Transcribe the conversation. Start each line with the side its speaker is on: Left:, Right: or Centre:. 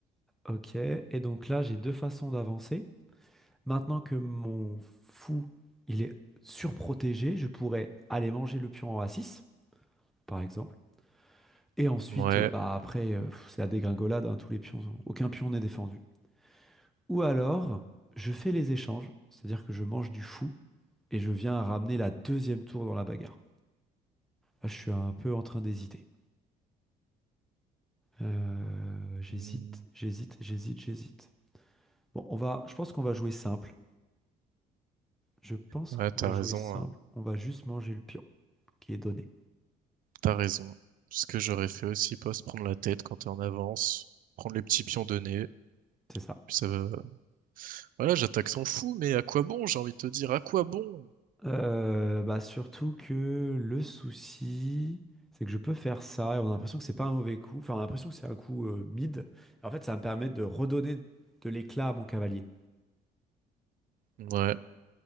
Centre: Ok, et donc là, j'ai deux façons d'avancer. Maintenant que mon fou, il est surprotégé, je pourrais aller manger le pion en a six, par exemple. Et ensuite,
Right: Ouais,
Centre: euh, bah après, euh, pff, c'est la dégringolade, hein, tous les pions, sont- aucun pion n'est défendu. Ou alors, je fais les échanges, c'est-à-dire que je mange du fou et je viens à ramener la deuxième tour dans la bagarre. Là, je suis un peu en train d'hésiter. Euh, j'hésite,
Right: Hmm.
Centre: j'hésite, j'hésite, j'hésite. Bon, on va, je pense qu'on va jouer simple. Je pense
Right: ouais,
Centre: qu'on
Right: t'as
Centre: va jouer
Right: raison,
Centre: simple.
Right: hein.
Centre: On va juste manger le pion qui est donné.
Right: T'as raison. Ce que j'aurais fait aussi, pas se prendre la tête quand t'es en avance, prendre les petits pions donnés.
Centre: C'est ça.
Right: Puis ça va. Voilà, j'attaque sans fou, mais à quoi bon? J'ai envie de te dire, à quoi bon?
Centre: Euh, bah surtout que le souci, c'est que je peux faire ça et on a l'impression que c'est pas un mauvais coup. Enfin, on a l'impression que c'est un coup euh, mid. En fait, ça va me permet de redonner de l'éclat à mon cavalier.
Right: Ouais.